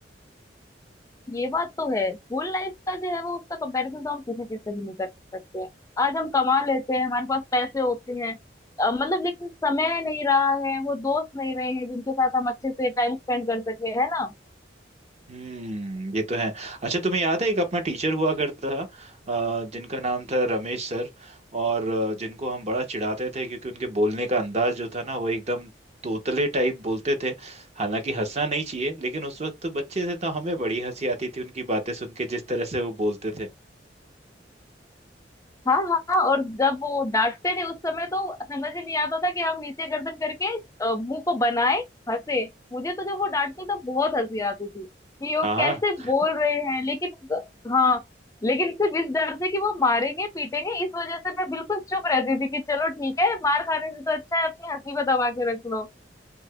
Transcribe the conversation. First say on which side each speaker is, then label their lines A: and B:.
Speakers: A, on the left; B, on the right.
A: ये बात तो है स्कूल लाइफ का जो है वो उसका कंपैरिजन तो हम किसी चीज से भी नहीं कर सकते हैं आज हम कमा लेते हैं हमारे पास पैसे होते हैं अ, मतलब लेकिन समय नहीं रहा है वो दोस्त नहीं रहे हैं जिनके साथ हम अच्छे से टाइम स्पेंड कर सके है ना
B: हम्म ये तो है अच्छा तुम्हें याद है एक अपना टीचर हुआ करता था अ, जिनका नाम था रमेश सर और अ, जिनको हम बड़ा चिढ़ाते थे क्योंकि उनके बोलने का अंदाज जो था ना वो एकदम तोतले टाइप बोलते थे हालांकि हंसना नहीं चाहिए लेकिन उस वक्त तो बच्चे थे तो हमें बड़ी हंसी आती थी उनकी बातें सुन के जिस तरह से वो बोलते थे
A: हाँ हाँ और जब वो डांटते थे उस समय तो समझ ही नहीं आता था कि हम नीचे गर्दन करके अ, मुंह को बनाए हंसे मुझे तो जब वो डांटते तो बहुत हंसी आती थी कि वो
B: हाँ हाँ
A: कैसे बोल रहे हैं लेकिन हाँ लेकिन सिर्फ इस डर से कि वो मारेंगे पीटेंगे इस वजह से मैं बिल्कुल चुप रहती थी कि चलो ठीक है मार खाने से तो अच्छा है अपनी हंसी को दबा के रख लो